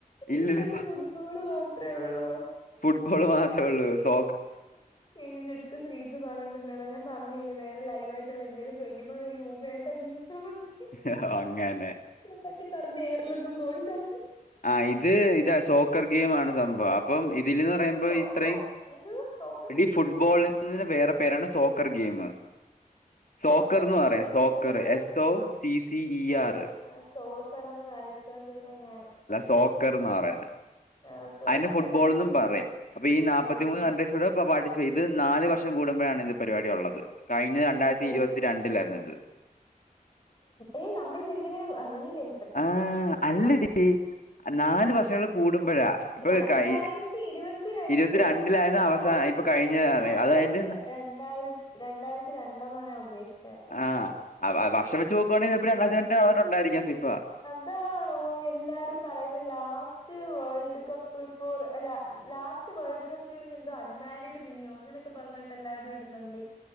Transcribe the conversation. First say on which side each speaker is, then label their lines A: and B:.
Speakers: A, on the left (about 70°); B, on the left (about 35°).
A: ഇല്ലില്ല
B: ഇതിനകത്ത് ഫുട്ബ ബോൾ മാത്രേ ഒള്ളൊ
A: ഫുട്ബോൾ മാത്രേ ഒള്ളൂ സോ
B: എ ഏന്ത്ട ശ്രീജ പറഞ്ഞിട്ടുണ്ടട ഞാൻ പറഞ്ഞില്ലേ വേറെ ലൈവയിട്ടുള്ള എന്തേലും ചൊയിക്കുമ്പോ നീ ഊമയായിട്ട് അഭിനയിച്ച മതി
A: ഹൊ ഹൊ അങ്ങനെ
B: സറ്റിക്കറന്ന് ഏറിലൊന്നും പോവണ്ടാന്ന്.
A: ആഹ് ഇത് ഇത സോക്കർ ഗെയിം ആണ് സംഭവം. അപ്പം ഇതിലന്ന് പറയുമ്പോ
B: സോ
A: ഇത്രേം
B: സോ എന്ത് സോക്കർ
A: ഇത് ഫുട്ബോള്, ഇതിന് വേറെ പേരാണ് സോക്കർ ഗെയിമ്. സോക്കർ
B: സോക്കറിന്റെ
A: എന്ന് പറയാം
B: സ്പെല്ലിംഗ്
A: soccer
B: ഒന്ന്
A: S O C C E R.
B: ആഹ് സോസറ് എന്ന് വായിച്ചോണ്ടിരുന്ന ഞാൻ.
A: സോക്കർന്നാ പറയണേ.
B: ആ, സോക്കർ
A: അതിനെ ഫുട്ബോൾന്നും പറയും. അപ്പൊ ഈ നാല്പ്പത്തിമൂന്ന്
B: ഓക്കെ
A: <unintelligible> ച്ചൂടെ ഇപ്പൊ പാർട്ടിസിപ്പറ്റ്, ഇത് നാല് വർഷം കൂടുമ്പോഴാണ് ഇത് പരിപാടി ഉള്ളത്. കഴിഞ്ഞ രണ്ടായിരത്തി
B: ഓക്കെ
A: ഇരുപത്തി രണ്ടിലായിരുന്നു ഇത്.
B: ഏയ് നമ്മള് ജനിക്കുന്നതിന് മു, ആ നീ ജനിച്ച
A: ആഹ് അല്ലടി നാല് വർഷങ്ങൾ കൂടുമ്പോഴാ. ഇപ്പൊ
B: രണ്ടായിരത്തി
A: കയി
B: ഇരുപത്തിരണ്ട്
A: ഇരുപത്തിരണ്ടിലായിരുന്നു അവസാന
B: ഓ ഷി
A: ഇപ്പൊ കഴിഞ്ഞതാണ്
B: ഞാൻ
A: അത്
B: കേട്ടത്
A: അതിന്റെ
B: ര രണ്ടായിര രണ്ടായിരത്തി രണ്ടെന്ന ഞാൻ ഉദ്ദേശിച്ചെ.
A: ആഹ് ആ വർഷം വെച്ച് നോക്കുവാണെങ്കിൽ ചെലപ്പാ രണ്ടായിരത്തി രണ്ടു <unintelligible> യിരിക്കാം ഫിഫ.
B: ഇതാണോ എല്ലാരും പറയുന്ന ലാസ്റ്റ് വേൾഡ് കപ്പ് ഫോർ അല്ല, ലാസ്റ്റ് വേൾഡ് കപ്പ് ഡ്യൂറിങ് എന്തോ അൺമാരിഡ് മീയോ അങ്ങനെയൊക്കെ പറഞ്ഞിട്ട് എല്ലാരും ഇടുന്നുണ്ട്.